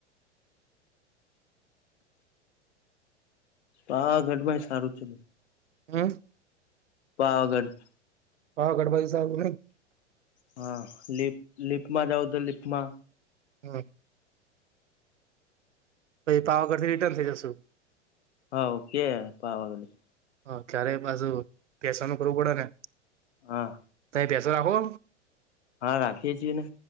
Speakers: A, on the left; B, on the right.
A: પાવાગઢ માંય સારું છે.
B: હમ!
A: પાવાગઢ.
B: પાવાગઢ સારું ને?
A: હા! લિપ લિફ્ટ જઉ તો લિપમાં.
B: હમ પ પાવાગઢથી રિટર્ન થઈ જશુ.
A: હા ઓકે પવાગળ.
B: હ ચારેય બાજુ પેસન ઉપરવું પડે ને.
A: હા!
B: ત પેસર રાખો.
A: હા રાખીએ છીએ ને.